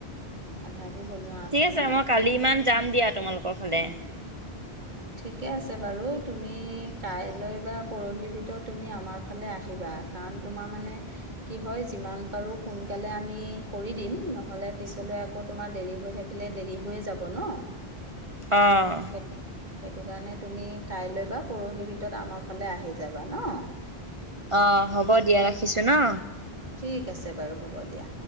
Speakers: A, on the right (about 45°); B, on the right (about 30°).
A: আধা। আধি বনোৱা
B: ঠিক আছে
A: ন
B: মই কালি ইমান যাম দিয়া তোমালোকৰ ফালে।
A: ঠিকে আছে বাৰু তুমি কাইলৈ বা পৰহিৰ ভিতৰত তুমি আমাৰ ফালে আহিবা। আ কাৰণ তোমাৰ মানে কি হয় যিমান পাৰোঁ সোনকালে আমি কৰি দিম নহলে পিছত। পিছলৈ আকৌ তোমাৰ দেৰি হৈ থাকিলে দেৰি হৈয়ে যাব ন।
B: আহ।
A: সেই সেইটো কাৰণে তুমি কাইলৈ বা পৰহিৰ ভিতৰত আমাৰ ফালে আহি যাবা ন।
B: অ হ'ব দিয়া ৰাখিছো ন।
A: ঠিক আছে বাৰু হ'ব দিয়া।